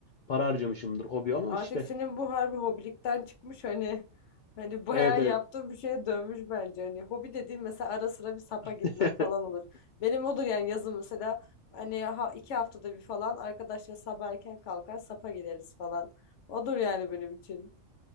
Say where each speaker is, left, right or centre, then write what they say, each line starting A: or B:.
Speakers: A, on the left; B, on the left.
A: para harcamışımdır hobi ama
B: Artık
A: işte
B: senin bu harbi hobilikten çıkmış hani hani bayağı
A: evet evet.
B: yaptığın bir şeye dönmüş bence. Hani hobi dediğin mesela ara sıra bir sapa
A: <laughs>
B: gitmek falan olur. Benim odur yani yazın mesela hani ha, iki haftada bir falan arkadaşlar sabah erken kalkar sapa gideriz falan. Odur yani benim için.